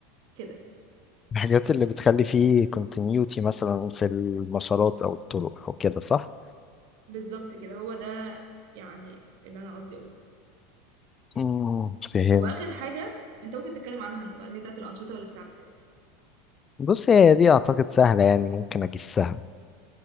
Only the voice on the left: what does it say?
الحاجات اللي بتخلي فيه continuity مثلا في المسارات او الطرق او كده صح؟
امم فهمت
بص هي دي اعتقد سهلة يعني ممكن اجسها